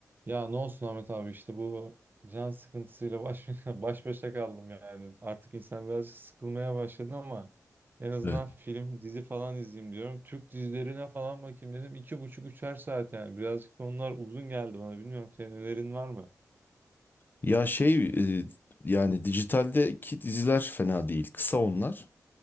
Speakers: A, on the right; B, on the left.
A: Ya ne olsun Ahmet abi işte bu can sıkıntısıyla baş, <laughs> baş başa kaldım yani. Artık insan birazcık sıkılmaya başladı ama en azından
B: Evet.
A: film, dizi falan izleyeyim diyorum. Türk dizilerine falan bakayım dedim. İki buçuk, üçer saat yani. Birazcık da onlar uzun geldi bana. Bilmiyorum senin önerin var mı?
B: Ya şey e, yani dijitaldeki diziler fena değil. Kısa onlar.